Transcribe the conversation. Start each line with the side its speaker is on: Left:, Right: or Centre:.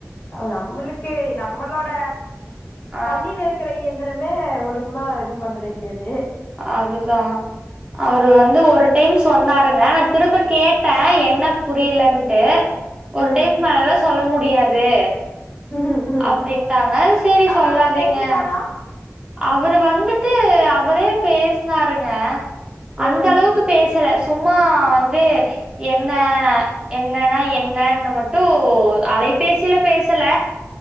Left: நம்மளுக்கு நம்மளோட
Right: ஆ
Left: பள்ளியில் இருக்கிற ரமே ஒழுக்குமா எதுவு பண்ண தெரியாது
Right: அதுதா அவரு வந்து ஒரு டைம் சொன்னாருங்க நா திரும்ப கேட்ட என்ன புரியலன்ட்டு ஒரு
Left: ம்
Right: டைமுக்கு மோலா சொல்ல முடியு முடியாது
Left: ம்
Right: அப்படின்ட்டாங்க சரி
Left: அவ
Right: சொல்லாதீங்க
Left: அவரு பேசிட்டாரா
Right: அவரு வந்துட்டு அவரே பேசனாருங்க அந்த
Left: ம்
Right: அளவுக்கு பேசல சும்மா வந்து என்ன என்னன்னா என் என்னன்ன மட்டு அலைபேசியில பேசல